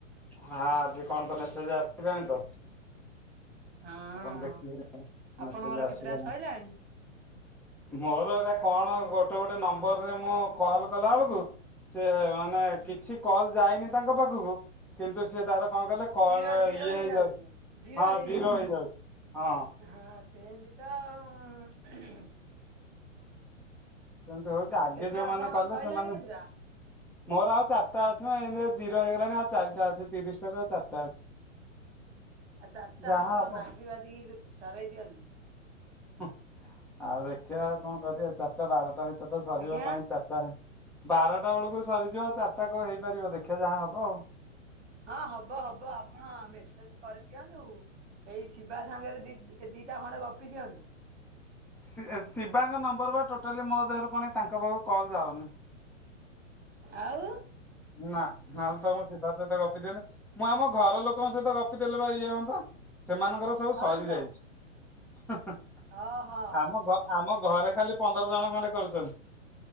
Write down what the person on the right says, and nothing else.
ହଁ
ଆପଣଙ୍କର
କେତେଟା ସଇଲାଣି?
ହୁଁ
ଜିରୋ ଜିରୋ
ହେଇଯାଉଥିବ
ହେଇଯାଇଥିବ।
ହଁ ସେମତି ତ ଆଉ
କେତେଟା
ଆପଣଙ୍କର
ସଇଲାଣି
କେତେଟା?
ଆଉ ଚାରିଟା
ଆପଣ
ନାଗି ପାତିକି କିଛି ସରେଇ ଦିଅନ୍ତୁ।
ଆଜ୍ଞା।
ହଁ ହବ ହବ ଆପଣ ମେସେଜ କରିଦିଅନ୍ତୁ। ଏଇ ଶିବା ସାଙ୍ଗରେ ଦି ଦି ଏ ଦିଟା ଖଣ୍ଡେ ଗପି ଦିଅନ୍ତୁ।
ଆଉ।
ହଁ
ତ
ଓହୋ